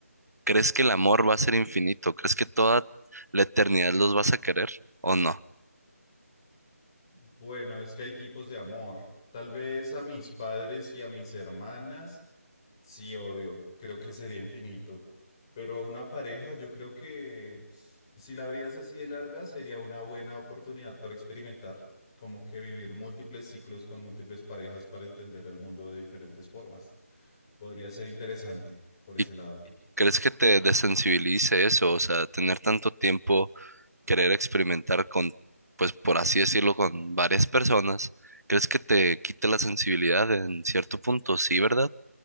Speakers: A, on the right; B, on the left.
A: ¿Crees que el amor va a ser infinito? ¿Crees que toda la eternidad los vas a querer o no?
B: Bueno, es que hay tipos de amor. Tal vez a mis padres y a mis hermanas Sí, obvio, creo que sería infinito. Pero a una pareja, yo creo que si la vida es así de larga, sería una buena oportunidad para experimentar, como que vivir múltiples ciclos con múltiples parejas para entender el mundo de diferentes formas. Podría ser interesante por ese
A: ¿Y
B: lado.
A: crees que te desensibilice eso? O sea, tener tanto tiempo, querer experimentar con, pues por así decirlo, con varias personas, ¿crees que te quite la sensibilidad en cierto punto? ¿Sí, verdad?